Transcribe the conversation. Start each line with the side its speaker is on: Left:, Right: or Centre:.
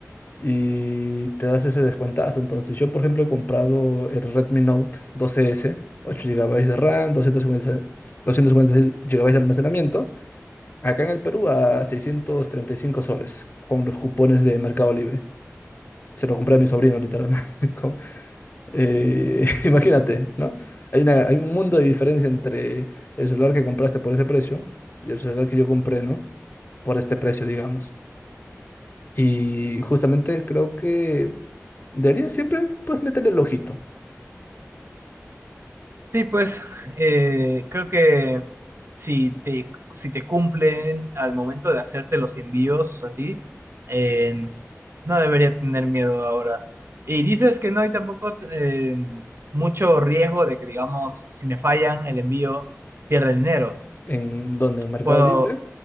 Left: y te das ese descuentazo. Entonces yo, por ejemplo, he comprado el Redmi Note 12S, 8 GB de RAM, 256 256 GB de almacenamiento. Acá en el Perú a 635 soles con los cupones de Mercado Libre. Se lo compré a mi sobrino, literal. <laughs> Con- eh, <laughs> imagínate, ¿no? Hay una-
Right: <laughs>
Left: hay un mundo de diferencia entre el celular que compraste por ese precio y el celular que yo compré, ¿no? Por este precio, digamos. Y justamente creo que debería siempre, pues, meterle el ojito
Right: Sí, pues eh, creo que si te, si te cumplen al momento de hacerte los envíos a ti, eh, no debería tener miedo ahora. Y dices que no hay tampoco eh, mucho riesgo de que, digamos, si me fallan el envío, pierda el dinero.
Left: en donde en Mercado
Right: Puedo,
Left: Libre.